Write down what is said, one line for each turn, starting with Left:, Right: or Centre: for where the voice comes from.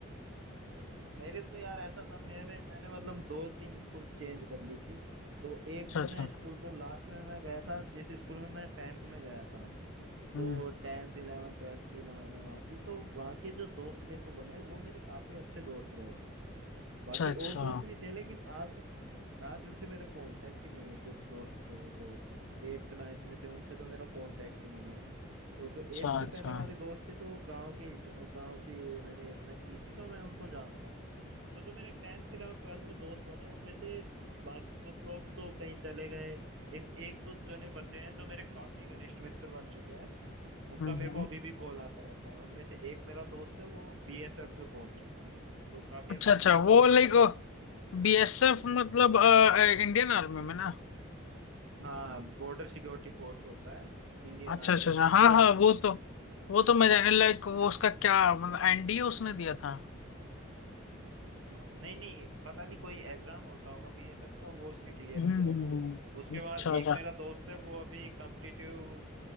Right: जी। मेरे तो यार ऐसा था मेरे मैंने मतलब दो तीन स्कूल्स चेंज कर ली थी तो
Left: अच्छा
Right: एक जो
Left: अच्छा
Right: मैं स्कूल जो लास्ट में मैं गया था जिस स्कूल में मैं टेंथ में गया था
Left: हम्म
Right: तो टेंथ इलेवन ट्वेल्थ तीनों मैंने वहाँ की तो वहाँ के जो दोस्त मेरे को बने वो मेरे काफी अच्छे दोस्त रहे
Left: अच्छा
Right: बाकी
Left: अच्छा
Right: और दोस्त भी थे लेकिन आज आज उनसे मेरा कांटेक्ट ही नहीं है कुछ दोस्त थे जो एट्थ नाइन्थ में थे उनसे तो मेरा कांटेक्ट ही नहीं है और जो एट्थ
Left: अच्छा
Right: से
Left: अच्छा
Right: पहले वाले दोस्त थे तो वो गांव के ही थे मैं गांव से मैंने एट्थ तक की थी तो मैं उनको जानता हूँ तो जो मेरे टेंथ इलेवन ट्वेल्थ में दोस्त बने उनमें से बाकी कुछ लोग तो कहीं चले गए लेकिन एक दो जने बचे हैं जो मेरे काफी घनिष्ठ मित्र बन चुके हैं उनका
Left: हम्म
Right: मेरे
Left: हम्म।
Right: को अभी भी कॉल आता रहता है उनमें से एक मेरा दोस्त है वो बीएसएफ में पहुंच चुका है तो काफी
Left: अच्छा
Right: अच्छा
Left: अच्छा
Right: लगा जब
Left: वो
Right: वो
Left: लाइक बीएसएफ मतलब इंडियन आर्मी में ना
Right: हाँ बॉर्डर सिक्योरिटी फोर्स होता है इंडियन
Left: अच्छा
Right: आर्मी
Left: अच्छा अच्छा
Right: में वो
Left: हाँ हाँ
Right: उसमें
Left: वो
Right: है
Left: तो वो तो मैं जाने लाइक वो उसका क्या मतलब एनडीए उसने दिया था
Right: वहाँ- नहीं नहीं पता नहीं कोई एग्जाम होता होगा बीएसएफ का वो उसने क्लियर
Left: हम्म
Right: किया
Left: हम्म,
Right: था
Left: हम्म।
Right: उसके
Left: अच्छा
Right: बाद
Left: अच्छा
Right: एक मेरा दोस्त है वो अभी कॉम्पिटिटिव